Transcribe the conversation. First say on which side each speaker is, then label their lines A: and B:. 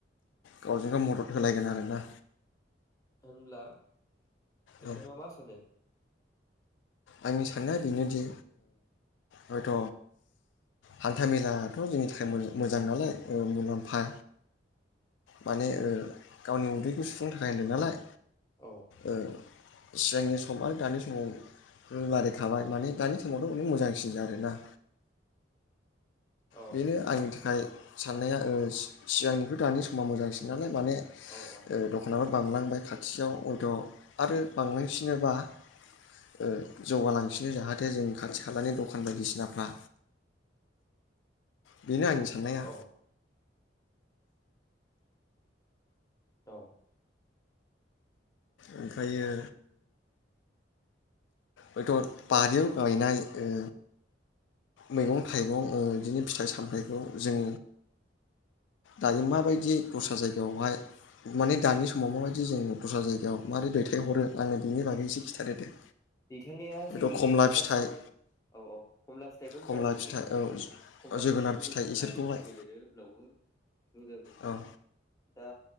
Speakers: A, on the left; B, on the left.
A: गावजों गाव मदद होलायगोन आरोना।
B: होनमला। नोंथाङा
A: औ
B: मा सानो
A: आंनि साननाया बेनोदि हयथ' हान्थ मेलाथ' जोंनि थाखाय मोजां नालाय मुलाम्फा माने गावनि उदैखौ सुफुंनो थाखाय होनदों नालाय।
B: औ
A: ओ सिगांनि सम आरो दानि समाव लाराय थाबाय माने दानि समावथ' अने मोजांसिन जादो आरोना
B: औ औ
A: बेनो आंनि थाखाय साननाया सिगांनिखौ दानि सम'आ मोजांसिन नालाय माने
B: औ
A: ओ दखानाव बांलांबाय खाथियाव हयथ' आरो बांलांफिनोबा उम जौगालांफिनो जाहाथे जों खाथि खालानि दखान बायदिसिनाफ्रा बेनो आंनि साननाया
B: औ औ
A: ओमफ्रायो हयथ' बारियाव गायनाय ओ मैगं थाइगं बिदिनो फिथाइ सामथाइखौ जों दायो माबायदि दस्रा जायगायावहाय माने दानि समाव माबायदि जों दस्रा जायगायाव मारोरै दैथायहरो आङो बिनि बागै एसे खिन्थादो दे
B: दैथायनाया
A: हयथ'
B: जों
A: खमला
B: फार्स्टावनो
A: फिथाइ
B: औ औ कमला फिथाइखौनो
A: खमला
B: रायलायनोसै
A: फिथाइ
B: होनबा खमला
A: औ जोगोनार
B: फिथाइखौ
A: फिथाइ
B: जों
A: इसोरखौहाय
B: गायो बेदेरो लावो बेखौ जों
A: औ
B: दा।